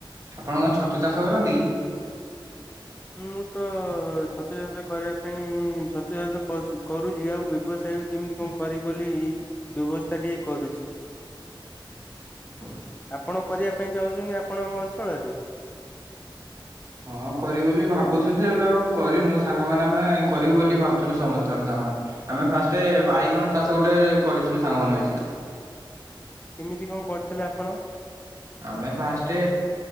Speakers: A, on the right; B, on the left.
A: ଆପଣ କଣ ଛତୁ ଚାଷ କରନ୍ତି କି?
B: ମୁଁ ତ ଛତୁ ଚାଷ କରିବା ପାଇଁ ଛତୁ ଚାଷ କଷୁ କରୁଛି ଆଉ ବ୍ୟବସାୟ ବି କେମିତି କଣ କରିବି ବୋଲି ବ୍ୟବସ୍ଥା ଟିକେ କରୁଛି।
A: ଓହୋ।
B: ଆପଣ କରିବା ପାଇଁ ଚାହୁଁଛନ୍ତି ଆପଣଙ୍କ ଅଞ୍ଚଳରେ?
A: ହଁ କରିବୁ ବୋଲି ଭାବୁଥିଲୁ ଯେ ଏବେ ଆଉ କରିନୁ ସାଙ୍ଗମାନେ ଆମେ କରିବୁ ବୋଲି ଭାବୁଥିଲୁ ସମସ୍ତେ ଆମେ ସାଙ୍ଗମାନେ। ଆମେ ଫାଷ୍ଟେ ବାଇଗଣ ଚାଷ ଗୋଟେ କରିଥିଲୁ ସାଙ୍ଗମାନେ ମିଶିକି।
B: କେମିତି କଣ କରିଥିଲେ ଆପଣ?
A: ଆମେ ଫାଷ୍ଟ